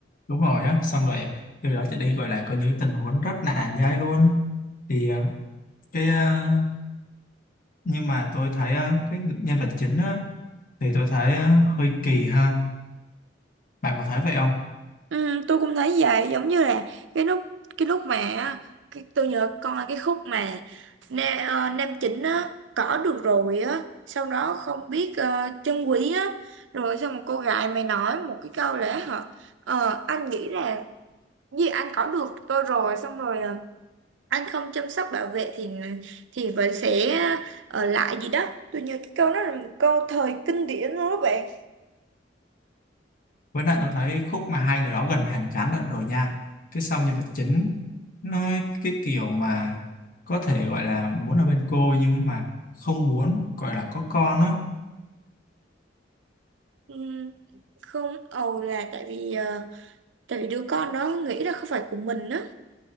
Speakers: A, on the left; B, on the right.
A: đúng rồi á xong rồi à, từ đó trở đi gọi là có những tình huống rất là nhai luôn thì ờ, cái ờ, nhưng mà tôi thấy ờ, cái ng- nhân vật chính á thì tôi thấy ờ, hơi kỳ ha bạn có thấy vậy không
B: Ừ, tôi cũng thấy vậy giống như là cái lúc cái lúc mà á, cái, tôi nhớ con là cái khúc mà nam, nam chính á cỏ được rồi á sau đó không biết ờ, chân quý á rồi xong một cô gái mày nói một cái câu lẽ hả ờ, anh nghĩ là gì anh cỏ được tôi rồi xong rồi ờ, anh không chăm sóc bảo vệ thì thì vẫn sẽ ở lại gì đó tôi nhớ cái câu đó là một câu thời kinh điển luôn đó bạn
A: với lại tôi thấy khúc mà hai người đó gần hàn gắn lại rồi nha cái sau nhân vật chính nó cái kiểu mà có thể gọi là muốn ở bên cô nhưng mà không muốn gọi là có con á
B: ừ, không ầu là tại vì ờ, tại vì đứa con đó nghĩ là không phải của mình á